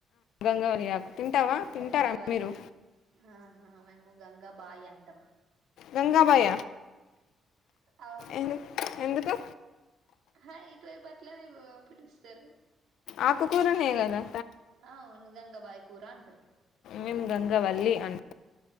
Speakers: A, on the left; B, on the right.
A: గంగవలీ ఆకు తింటావా తింటారా
B: గంగవల్లి
A: మీరు
B: ఆహా మేము గంగా బాయి అంటాం
A: గంగాబాయ
B: అవును
A: ఎందు ఎందుకు
B: హ ఇటువైపుట్లనే పిలుస్తారు
A: ఆకుకూరనే గదా
B: ఆ అవును గంగబాయి కూర అంటారు
A: మేము గంగవల్లి అంట